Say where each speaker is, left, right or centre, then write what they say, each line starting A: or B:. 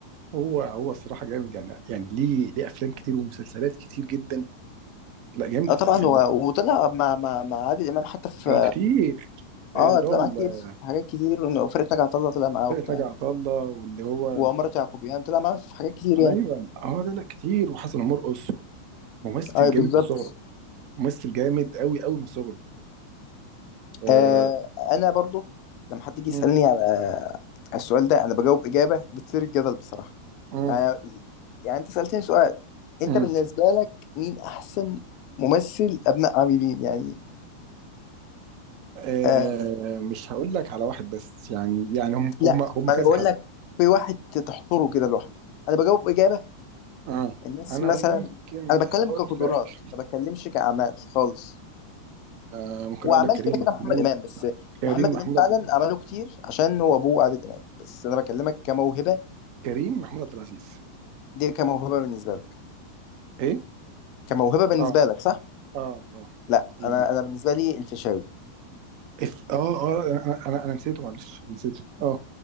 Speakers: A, on the right; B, on the left.
A: هو هو الصراحه جامد يعني يعني ليه ليه افلام كتير ومسلسلات كتير جدا لا جامده
B: اه طبعا
A: يعني
B: هو
A: هو-
B: وطلع مع مع مع عادل امام حتى في
A: آه، كتير اللي
B: اه آه، طلع
A: هو ال-
B: معاه كتير في حاجات كتير وفرقة ناجي عطا الله طلع معاه
A: فرقة
B: وبتاع
A: ناجي عطا الله واللي هو
B: وعمارة يعقوبيان طلع معاه في حاجات كتير يعني
A: ايوه اه لا لا كتير وحسن مرقص ممثل
B: اي
A: جامد
B: بالظبط
A: من صغره ممثل جامد قوي قوي من صغره آه.
B: آه انا برضو لما حد يجي
A: مم،
B: يسألني على على السؤال ده انا بجاوب اجابة بتثير الجدل بصراحة
A: مم،
B: يعني يعني انت سألتني سؤال انت
A: مم.
B: بالنسبة لك مين احسن ممثل ابناء عاملين يعني
A: آه.
B: آه
A: مش هقول لك على واحد بس يعني يعني هم
B: لا
A: هم هم
B: انا
A: كذا
B: بقول
A: حد
B: لك في واحد تحصره كده لوحده انا بجاوب اجابة
A: اه
B: الناس
A: انا
B: مثلا
A: ممكن
B: انا بتكلم
A: اقول
B: كقدرات
A: لك
B: ما بتكلمش كاعمال خالص
A: آه ممكن
B: هو
A: اقول
B: اعمال
A: لك كريم
B: كده كده
A: محمود
B: محمد امام بس
A: كريم
B: محمد
A: محمود
B: امام فعلا
A: عبد العزيز
B: عمله كتير عشان هو ابوه عادل امام بس انا بكلمك كموهبه
A: كريم محمود عبد العزيز
B: دي كموهبه بالنسبه لك
A: ايه
B: كموهبه بالنسبه
A: اه
B: لك صح
A: اه اه
B: لا
A: إيه.
B: انا انا بالنسبه لي الفيشاوي
A: اف اه اه لا، انا انا انا نسيته معلش نسيته اه